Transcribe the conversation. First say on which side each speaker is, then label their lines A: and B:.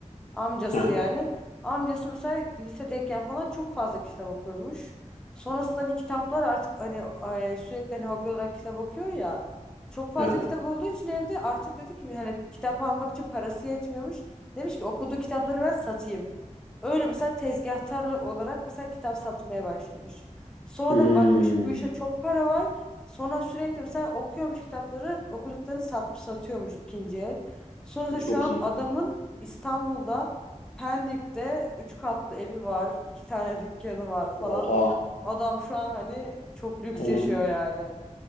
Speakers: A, in the centre; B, on the left.
A: Amcası
B: Aha,
A: yani. Amcası mesela lisedeyken falan çok fazla kitap okurmuş. Sonrasında hani kitaplar artık hani e, sürekli hani hobi olarak kitap okuyor ya. Çok fazla
B: aha.
A: kitap olduğu için evde artık dedi ki hani kitap almak için parası yetmiyormuş. Demiş ki okuduğu kitapları ben satayım. Öyle mesela tezgahtarlı olarak mesela kitap satmaya başlamış. Sonra
B: Hmm,
A: bakmış bu işte çok para var. Sonra sürekli mesela okuyormuş kitapları, okuduklarını sat, satıyormuş ikinci el. Sonra da
B: çok
A: şu an
B: iyi.
A: adamın İstanbul'da Pendik'te 3 katlı evi var, 2 tane dükkanı var falan.
B: Oha.
A: Adam şu an hani çok lüks
B: Oğlum
A: yaşıyor yani.